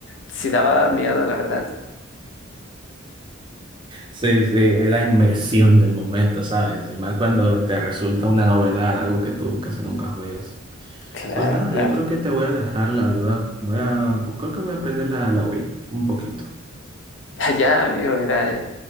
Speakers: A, on the left; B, on the right.
A: sí daba miedo, la verdad.
B: Sí, sí, es la inmersión del momento, ¿sabes? Y más cuando te resulta una novedad, algo que tú casi nunca juegas.
A: Claro,
B: Pues nada,
A: claro.
B: yo creo que te voy a dejar, la verdad. Voy a, creo que voy a aprender la, la Wii un poquito.
A: <laughs> Allá, amigo, mira, eh,